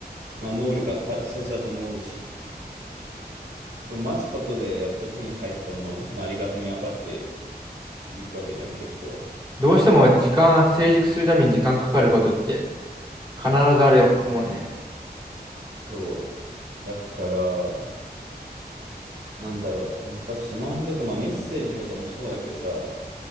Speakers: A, on the right; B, on the right.
A: まあ、能力が大切だと思うし、その待つことでやっと手に入ったもののありがたみ分かって、行くわけじゃん、結構。
B: どうしても時間、成熟するために時間かかることって必ずあるもんね。
A: そう。だから、なんだろう。やっぱスマホとか、まあメッセージとかもそうだけどさ、